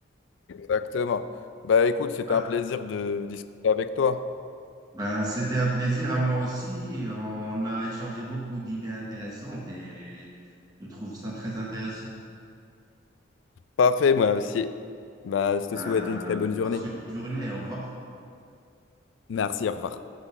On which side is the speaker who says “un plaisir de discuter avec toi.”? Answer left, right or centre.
Left